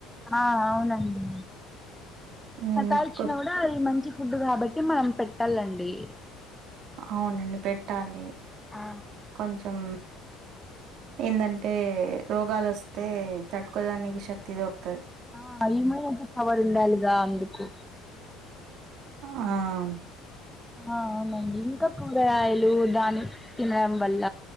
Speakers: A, in the centre; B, on the right.
A: ఆహ్ అవునండి
B: మ్మ్
A: సతాచ్చినా
B: కొ
A: కూడా అది మంచిగ. ఫుడ్ కాబట్టి మనం పెట్టాలండి.
B: అవునండి పెట్టాలి
A: ఆ
B: కొంచెం. ఏందంటే రోగాలు వస్తే తట్టుకోడానికి శక్తి దొరుకు.
A: ఆహ్ అయమ అటి పవర్ ఉండాలిగా అందుకు
B: ఆహ్.
A: అవునండి ఇంకా కూరగాయలు దాని తినడం వల్ల